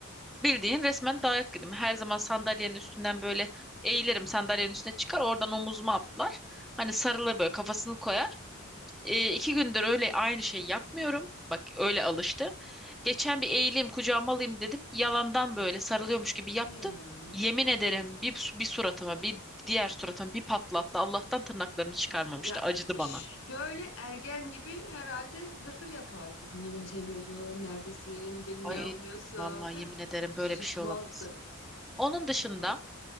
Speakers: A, in the centre; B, on the left (about 65°).
A: Bildiğin resmen dayak yedim. Her zaman sandalyenin üstünden böyle eğilirim. Sandalyenin üstüne çıkar. Oradan omuzuma atlar. Hani sarılır böyle kafasını koyar. E, iki gündür öyle aynı şey yapmıyorum. Bak öyle alıştı. Geçen bir eğileyim kucağıma alayım dedim. Yalandan böyle sarılıyormuş gibi yaptı.
B: <laughs> Kıyamam.
A: Yemin ederim bir, su- bir suratıma bir diğer suratıma bir patlattı. Allah'tan tırnaklarını çıkarmamıştı.
B: Ya
A: Acıdı bana.
B: şöyle ergen gibi herhalde dırdır yapardı. Yemin sevmiyorsun, neredesin, beni
A: Ay
B: niye almıyorsun?
A: vallahi yemin
B: <laughs>
A: ederim
B: Susmazdı.
A: böyle bir şey olamaz. Onun
B: Susmaz.
A: dışında